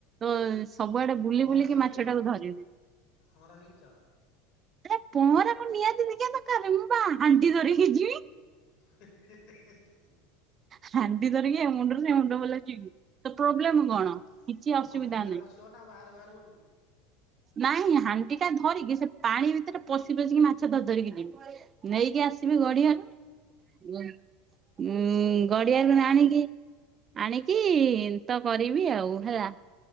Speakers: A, on the right; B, on the left.
A: ତ ସବୁଆଡେ
B: ପ
A: ବୁଲି
B: ପହଁରା
A: ବୁଲିକି
B: ଶିଖିଛ
A: ମାଛ ଟାକୁ ଧରିବି।
B: ପହଁରା ଶିଖିଛ?
A: ଆରେ ପହଁରା କଣ ନିଆତି ସିକିବା ଦକାରେ ମୁଁ ପା ହାଣ୍ଡି ଧରି କି ଯିମି।
B: <unintelligible>
A: ହାଣ୍ଡି ଧରିକି ଏ ମୁଣ୍ଡୁରୁ ସେ ମୁଣ୍ଡ ବଲା ଯିବି ତ ପ୍ରୋବ୍ଲେମ
B: ଆ
A: କଣ? କିଛି
B: ପୋଖରୀ
A: ଅସୁବିଧା
B: ଭିତରେ
A: ନାହିଁ।
B: ପଶିବ ନା ବାହାରେ ବାହାରେ ବୁଲିବ?
A: ନାଇଁ ହାଣ୍ଡି ଟା ଧରିକି ସେ ପାଣି ଭିତରେ ପଶି ପଶିକି ମାଛ ଧର ଧରିକି ଯିମି ନେଇକି ଆସି ବି ଗଢିଆରୁ ଉଁ ଗଡିଆରୁ
B: ଆଚ୍ଛା
A: ଆଣିକି ଆଣି କି ତ କରିବି ଆଉ ହେଲା।